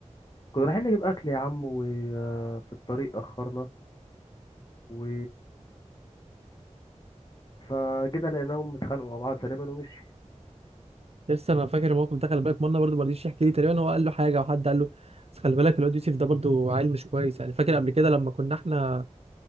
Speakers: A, on the left; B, on the right.
A: كنا رايحين نجيب اكل يا عم وفي الطريق اخرنا و فجينا لقيناهم اتخانقوا مع بعض تقريبا ومشي
B: لسه انا فاكر الموقف ده خلي بالك منا برضه ما رضيش يحكي لي تقريبا هو قال له حاجه او حد قال له بس خلي بالك الواد يوسف ده برضه عيل مش كويس يعني فاكر قبل كده لما كنا احنا